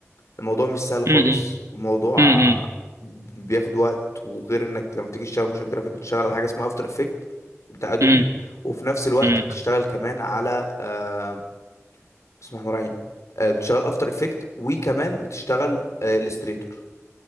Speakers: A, on the left (about 70°); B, on the right (about 75°).
A: الموضوع مش سهل خالص
B: أمم.
A: الموضوع
B: أمم.
A: بياخد وقت وغير انك لما تيجي تشتغل موشن جرافيك بتشتغل على حاجه اسمها افتر افكت بتاع ادوبي
B: أمم.
A: وفي نفس الوقت
B: أمم.
A: بتشتغل كمان على آه بسم الله الرحمن الرحيم آه بتشتغل افتر افكت وكمان بتشتغل الستريتور